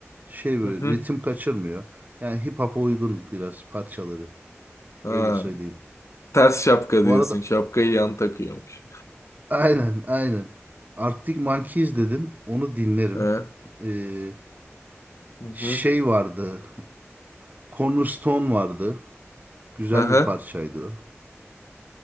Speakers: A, on the right; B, on the left.
A: şey böyle
B: Hı hı.
A: ritim kaçırmıyor. Yani hip hop'a uygun biraz parçaları.
B: Ha.
A: Öyle söyleyeyim.
B: Ters şapka
A: Bu
B: diyorsun.
A: arada
B: Şapkayı yan takıyormuş.
A: <laughs> aynen aynen. Arctic Monkeys dedin. Onu dinlerim.
B: He. Hı
A: Ee,
B: hı.
A: şey vardı. Cornerstone vardı. Güzel
B: Aha.
A: bir parçaydı o.